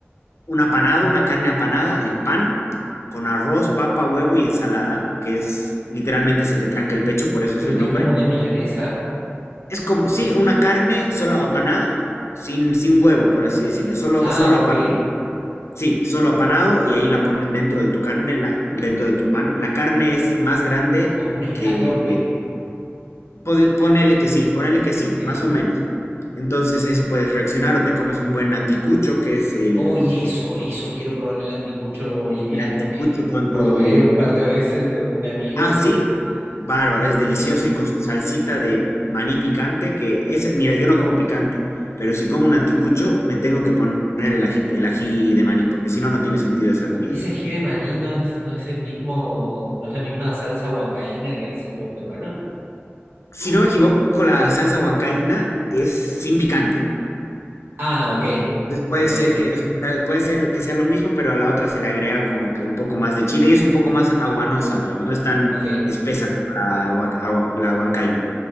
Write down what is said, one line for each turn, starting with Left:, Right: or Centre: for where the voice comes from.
Left: un apanado, una carne apanada en pan, con arroz, papa, huevo y ensalada, que es literalmente se te tranca el pecho, por eso
Right: Pero
Left: es el
Right: que
Left: nombre.
Right: es como una milanesa.
Left: Es como, sí, una carne solo apanada, sin, sin huevo, por así decirlo, solo,
Right: Ah,
Left: solo
Right: ok.
Left: apanado. Sí, solo apanado y ahí la ponen dentro de tu carne, la- dentro de tu pan. La carne es más grande
Right: Como un escalope.
Left: que... eh, pode- ponele que sí, ponele que
Right: Ok.
Left: sí, más o menos. Entonces eso puedes reaccionar o te comes un buen anticucho, que es el,
Right: Uy, eso, eso, quiero probar el anticucho boliviano
Left: el anticucho
Right: que lo
Left: con
Right: probé
Left: tu,
Right: un par de veces de un amigo
Left: Ah, sí.
Right: que...
Left: Bárbaro,
Right: que-
Left: es delicioso
Right: eso de que-
Left: y con su salsita
Right: uf.
Left: de maní picante, que es, mira, yo no como picante, pero si como un anticucho me tengo que poner el ají, el ají de maní, porque si no, no tiene sentido esa comida.
Right: Ese ají de maní no es, no es el mismo, no es la misma salsa huancaína que hacen los peruanos.
Left: Si no me equivoco, la salsa huancaína es sin picante.
Right: Ah, ok,
Left: Entonces, Puede
Right: ok,
Left: ser que, o sea, puede ser que sea lo mismo, pero a la otra se le agrega como que un poco más de chile y es un poco más aguanosa, digamos, no es tan
Right: ok,
Left: espesa como la, hua- agua- la huancaína.